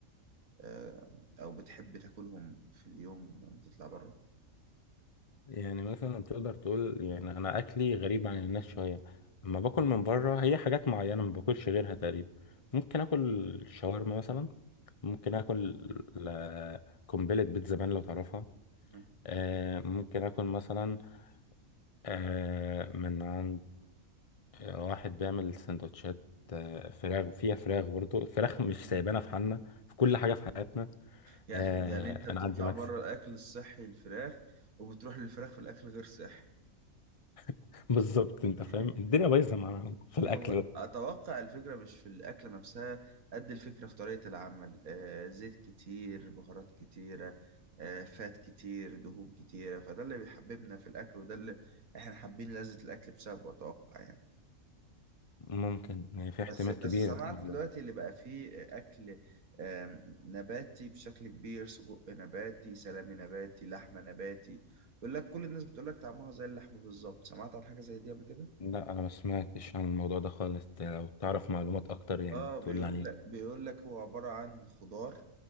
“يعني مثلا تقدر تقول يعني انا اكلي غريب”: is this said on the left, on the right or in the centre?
Left